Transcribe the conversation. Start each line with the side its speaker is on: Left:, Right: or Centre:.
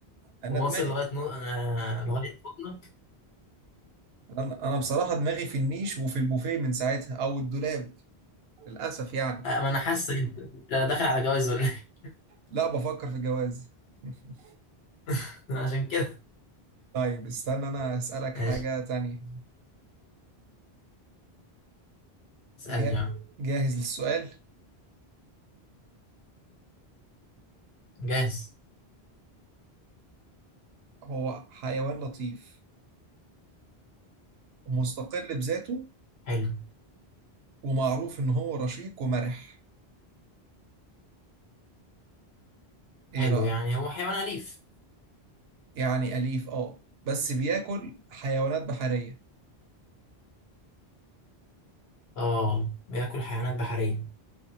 Right: أنا
Left: وواصل
Right: دماغي
Left: لغاية نو... آه... لغاية بطنك
Right: أنا أنا بصراحة دماغي في النيش وفي البوفيه من ساعتها أو الدولاب للأسف يعني
Left: آه... ما أنا حاسك أنت أنت داخل على جواز ولا إيه؟
Right: لا بفكر في جواز <laughs>
Left: <laughs> عشان كده
Right: طيب استنى انا اسالك
Left: ماشي
Right: حاجه تانية
Left: اسألني
Right: جا...
Left: بقى
Right: جاهز للسؤال
Left: جاهز
Right: هو حيوان لطيف ومستقل بذاته
Left: حلو
Right: ومعروف ان هو رشيق ومرح ايه
Left: حلو
Right: رايك
Left: يعني هو حيوان أليف
Right: يعني اليف اه بس بياكل حيوانات بحريه
Left: آه بياكل حيوانات بحرية